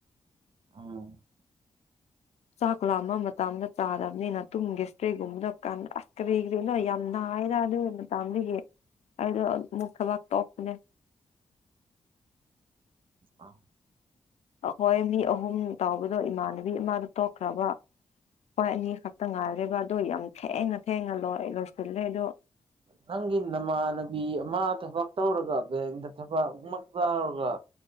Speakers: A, on the right; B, on the left.
A: ꯎꯝ
B: ꯆꯥꯛ ꯂꯥꯝꯕ ꯃꯇꯝꯗ ꯆꯥꯗꯕꯅꯤꯅ ꯇꯨꯝꯒꯤꯁꯇ꯭ꯔꯤꯒꯨꯝꯕꯗꯣ ꯀꯟ ꯑꯁ ꯀꯔꯤ ꯀꯔꯤꯅꯣꯏ ꯌꯥꯝ ꯅꯥꯏꯌꯦꯗ ꯑꯗꯨ ꯃꯇꯝꯗꯒꯤ ꯑꯩꯗꯣ ꯑꯃꯨꯛ ꯊꯕꯛ ꯇꯣꯛꯄꯅꯦ
A: ꯑ
B: ꯑꯩꯈꯣꯏ ꯃꯤ ꯑꯍꯨꯝ ꯇꯥꯎꯕꯗꯣ ꯏꯃꯥꯟꯅꯕꯤ ꯑꯃꯗꯣ ꯇꯣꯛꯈ꯭ꯔꯕ ꯍꯣꯏ ꯑꯅꯤ ꯈꯛꯇ ꯉꯥꯏꯔꯦꯕ ꯑꯗꯣ ꯌꯥꯝ ꯊꯦꯡꯅ ꯊꯦꯡꯅ ꯂꯣꯏ ꯂꯣꯏꯁꯤꯜꯂꯦ ꯑꯗꯣ
A: ꯅꯪꯒꯤ ꯅꯃꯥꯟꯅꯕꯤ ꯑꯃ ꯊꯕꯛ ꯇꯧꯔꯒ ꯕꯦꯡꯗ ꯊꯕꯛ ꯑꯃ ꯇꯧꯔꯒ